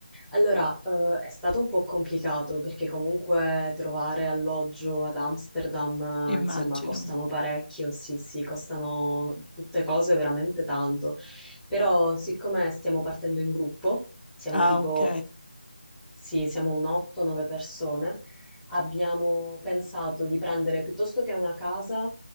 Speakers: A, in the centre; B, on the left.
A: Allora, eh, è stato un po' complicato perché comunque trovare alloggio ad Amsterdam,
B: Immagino.
A: eh, insomma, costano parecchio, sì, sì, costano tutte cose veramente tanto. Però siccome stiamo partendo in gruppo, siamo
B: Ah,
A: tipo,
B: ok.
A: sì, siamo un 8-9 persone, abbiamo pensato di prendere piuttosto che una casa,